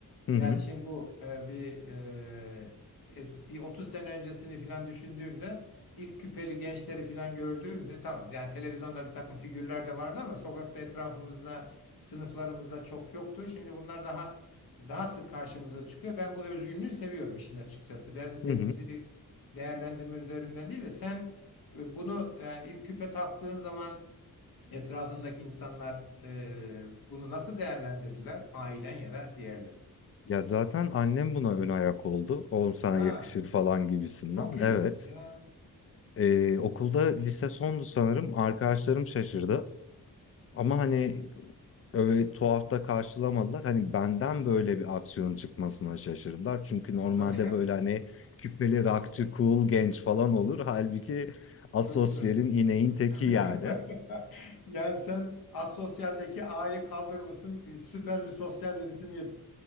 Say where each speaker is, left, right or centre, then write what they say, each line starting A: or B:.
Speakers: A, on the left; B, on the left.
A: Hı hı.
B: Yani şimdi bu e, bir e, es- bir 30 sene öncesini filan düşündüğümde ilk küpeli gençleri filan gördüğümde tamam yani televizyonda bir takım figürler de vardı ama sokakta etrafımızda sınıflarımızda çok yoktu. Şimdi bunlar daha daha sık karşımıza çıkıyor. Ben bu özgünlüğü seviyorum işin açıkçası. Ben
A: Hı
B: benimkisi
A: hı.
B: bir değerlendirme üzerinden değil de sen e, bunu e, ilk küpe taktığın zaman etrafındaki insanlar e, bunu nasıl değerlendirdiler? Ailen ya da diğerleri.
A: Ya zaten annem buna ön ayak oldu. Oğlum sana
B: Ya
A: yakışır falan gibisinden.
B: Çok ilginç
A: Evet.
B: ya.
A: Ee, okulda lise sondu sanırım. Arkadaşlarım şaşırdı. Ama hani öyle tuhaf da karşılamadılar. Hani benden böyle bir aksiyon çıkmasına şaşırdılar. Çünkü normalde
B: Onlar...
A: böyle hani küpeli rockçı, cool genç falan olur. Halbuki
B: <laughs>
A: asosyalin
B: Çok güzel.
A: ineğin teki
B: <laughs>
A: yani.
B: Yani sen asosyaldeki A'yı kaldırmışsın, süper bir sosyal birisini